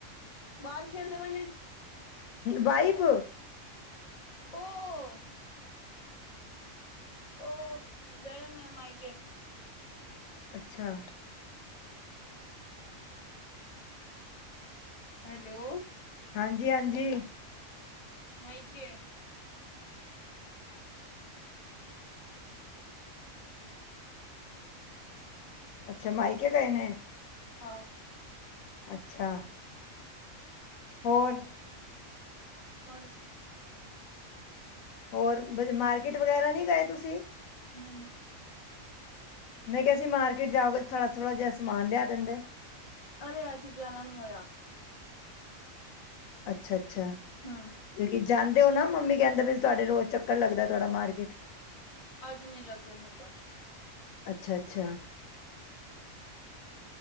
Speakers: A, on the left; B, on the left.
A: ਬਾਹਰ ਖੇਲਦੇ ਮਣੇ
B: ਵਾਈਵ
A: ਉਹ ਉਹ ਤੇ ਗਏ ਨੇ ਮਈਕੇ
B: ਅੱਛਾ
A: ਹੈਲੋ
B: ਹਾਂਜੀ ਹਾਂਜੀ
A: ਮਾਈ ਕਿ
B: ਅੱਛਾ ਮਾਈਕੇ ਗਏ ਨੇ
A: ਹਾਂ
B: ਅੱਛਾ ਹੋਰ
A: ਪੰਜ
B: ਹੋਰ ਮਾਰਕੀਟ ਵਗੈਰਾ ਨਹੀਂੀ ਗਏ ਤੁਸੀਂ
A: ਨਹੀਂ
B: ਮੈਂ ਕਿਹਾ ਸੀ ਮਾਰਕਿਟ ਜਾਓਗੇ ਥੋੜਾ ਥੋੜ੍ਹਾ ਜਿਹਾ ਸਮਾਨ ਲਿਆ ਦਿੰਦੇ
A: ਅਰੇ ਅੱਜ ਜਾਣਾ ਨੀ ਹੋਇਆ
B: ਅੱਛਾ ਅੱਛਾ ਅੱਛਾ
A: ਹੂੰ,
B: ਕਿਉਂਕਿ ਜਾਂਦੇ ਹੋ ਨਾ ਮੰਮੀ ਕਹਿੰਦੇ ਵੀ ਤੁਹਾਡੇ ਰੋਜ਼ ਚੱਕਰ ਲੱਗਦਾ ਥੋੜਾ ਮਾਰਕੀਟ
A: ਅੱਜ ਨੀ ਲੱਗਨ ਲੱਗਾ।
B: ਅੱਛਾ ਅੱਛਾ।